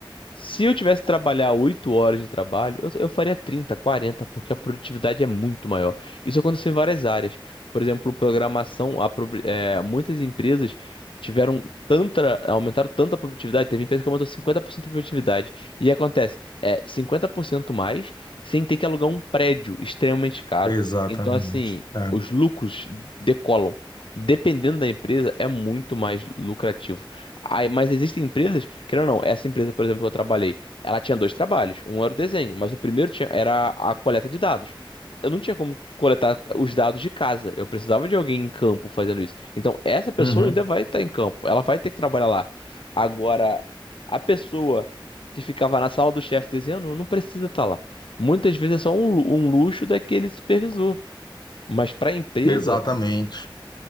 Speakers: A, on the left; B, on the left.
A: Se eu tivesse que trabalhar 8 horas de trabalho, eu, eu faria 30, 40, porque a produtividade é muito maior. Isso aconteceu em várias áreas. Por exemplo, programação, a pro- é, muitas empresas tiveram tanta, aumentaram tanto a produtividade, teve empresa que aumentou 50% a produtividade. E acontece, é 50% mais sem ter que alugar um prédio extremamente caro.
B: Exatamente.
A: Então, assim,
B: É.
A: os lucros decolam. Dependendo da empresa, é muito mais lucrativo. Aí, mas existem empresas, querendo ou não, essa empresa, por exemplo, que eu trabalhei, ela tinha dois trabalhos. Um era o desenho, mas o primeiro tinha- era a coleta de dados. Eu não tinha como coletar os dados de casa. Eu precisava de alguém em campo fazendo isso. Então, essa pessoa
B: Uhum.
A: ainda vai estar em campo. Ela vai ter que trabalhar lá. Agora, a pessoa que ficava na sala do chefe desenhando não precisa estar lá. Muitas vezes é só um, lu- um luxo daquele supervisor. Mas para a empresa.
B: Exatamente.